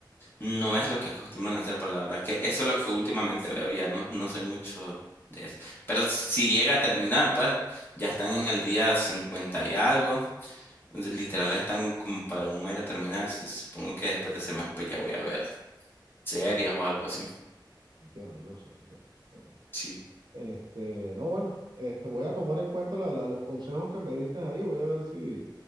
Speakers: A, on the left (about 25°); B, on the right (about 60°).
A: No es lo que acostumbran a hacer, pero la verdad que eso es lo que últimamente veo, ya no, no soy mucho de eso. Pero si llega a terminar, pues ya están en el día 50 y algo, entonces, literal están como para un mes de terminar, si- supongo que después de ese mes pues ya voy a ver series
B: Claro.
A: o algo así.
B: Entiendo, Johnson. entiendo, entiendo.
A: Sí.
B: Este, no, bueno, este, voy a tomar en cuenta la- la- los consejos que me diste ahí. Voy a ver si